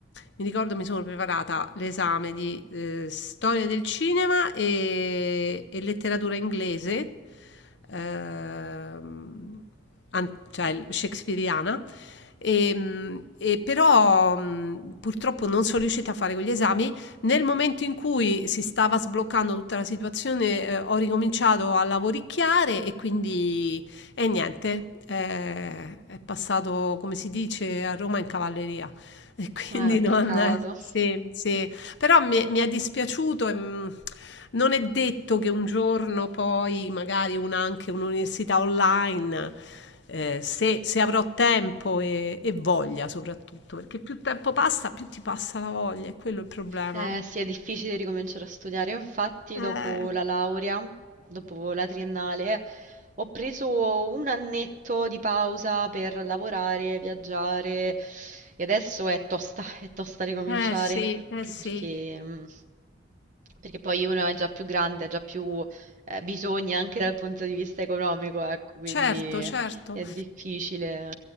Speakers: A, on the left; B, on the right.
A: Mi ricordo mi sono preparata l'esame di eh, storia del cinema e, e letteratura inglese, ehm, an- cioè shakespeariana. E, mh, e però mh, purtroppo non sono riuscita a fare quegli esami. Nel momento in cui si stava sbloccando tutta la situazione, eh, ho ricominciato a lavoricchiare e quindi e niente, eh, è passato, come si dice, a Roma in cavalleria. E <laughs> quindi
B: Eh,
A: non...
B: peccato.
A: Ammazza. eh, Sì, sì. Però mi, mi è dispiaciuto e mm, non è detto che un giorno poi, magari un- anche un'università online, eh, se, se avrò tempo e, e voglia soprattutto, perché più tempo passa, più ti passa la voglia, è quello il problema.
B: Eh, sì, è difficile ricominciare a studiare. Io, Infatti,
A: Eh,
B: dopo la laurea, dopo la triennale, ho preso un annetto di pausa per lavorare, viaggiare e adesso è tosta, è tosta ricominciare,
A: eh sì, eh
B: anche
A: sì.
B: perché, mm, perché poi uno è già più grande, ha già più eh, bisogni anche dal punto di vista economico, ecco, quindi
A: Certo, Quindi, certo.
B: è difficile.